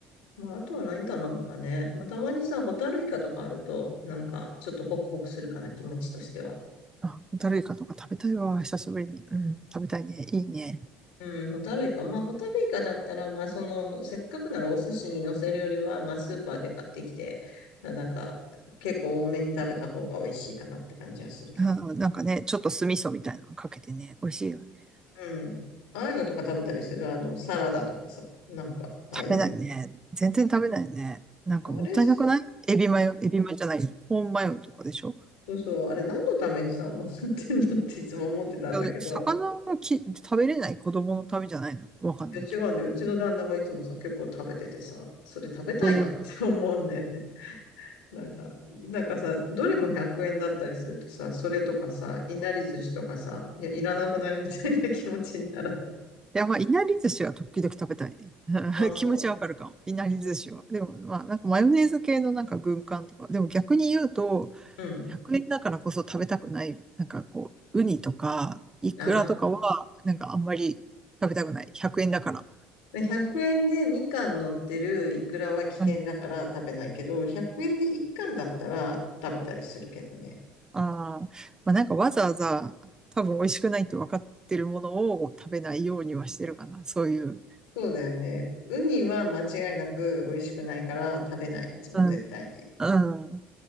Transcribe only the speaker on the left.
まあ、あとは何頼むかね。まあ、たまにさ、ホタルイカとかあると、なんか、ちょっとホクホクするかな、気持ちとしては。
うん、ホタルイカ。まあ、ホタルイカだったら、まあ、その、せっかくならお寿司に乗せるよりは、まあ、スーパーで買ってきて、まあなんか、結構多めに食べた方が美味しいかなって感じはするけど。
うん。ああいうのとか食べたりする、あの、サラダとかさ、なんか、ああいう
の。あれ、
そうそう、あれ何のためにさ、もらってんのっていつも思ってたんだけど、
いや違うんだよ。うちの旦那がいつもさ、結構食べててさ、それ食べたいなって思うんだよね。
なんか、なんかさ、どれも100円だったりするとさ、それとかさ、いなり寿司とかさ、いや、いらなくないみたいな気持ちにならない。
まあそ
う。
うん。
ああ。
で100円で2貫乗ってるイクラは危険だから食べないけど、
100円で1貫だったら食べたりするけどね。
そうだよね。ウニは間違いなく美味しくないから食べない。いつも絶対に。